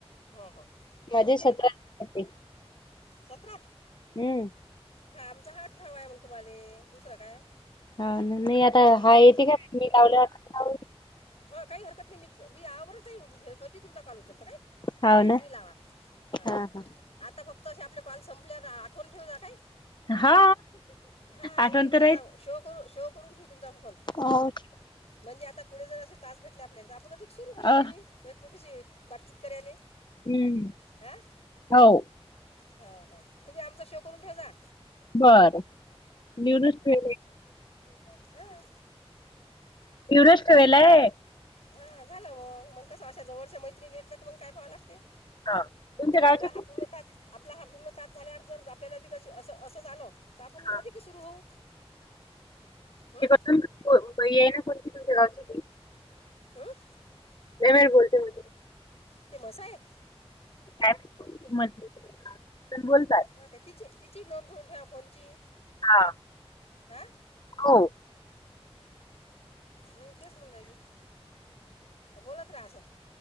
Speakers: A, on the left; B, on the left.
A: हा हा
B: माझे
A: तुमचे?
B: सतरा झाले
A: सतरा.
B: हम्म.
A: हा आमचा हा आठरावा आहे मग तुम्हाले दुसरं काय?
B: हा नाही आता हा
A: हां
B: येते का मी लावले आता.
A: ह काही हरकत नाही मी मी आवरते घे कधी तुमचा कॉल केलता काय?
B: हाव ना
A: तुम्ही लावा हं.
B: हा हा.
A: आता फक्त असे आपले कॉल संपल्यावर आठवून ठेव जा काय.
B: हा
A: हा आम्ही
B: आठवण
A: तुमचा
B: तर
A: आता शो करू शो करून ठेवू तुमचा आपण कॉल.
B: का उट.
A: म्हणजे आता पुढे जरासे तास भेटले आपल्याला तर आपूण आधी सुरू मैत्रिणी
B: अ
A: एकमेकीची बातचित कराले
B: हम्म
A: हं.
B: हो.
A: हा हा तुम्ही आमचा शो करून ठेव जा.
B: बर नऊनच फे
A: हा
B: इवनष्ट वलाय
A: हा झालं म मग कसं अशा जवळच्या मैत्रीणीण भेटल्या तर मग काय पाहाव लागते
B: हा तुमच्या गावच्या
A: आपला हापूर्णतात
B: खूप
A: आपला हा पूर्ण तात झाल्यावर जर आपल्यालाधी कशी अस असं झा आल आपण
B: हा
A: अधिक सुरू होऊ हं
B: या नाती तु गाव
A: हं
B: ववेळ बोलते म
A: ते मसायक
B: ॅ म पण बोलतात
A: ह काय तिची तिची नोंद करून ठेवा फोनची
B: हा
A: हा
B: हो
A: हम् तेच म्हणून जाली बोलत राहा असं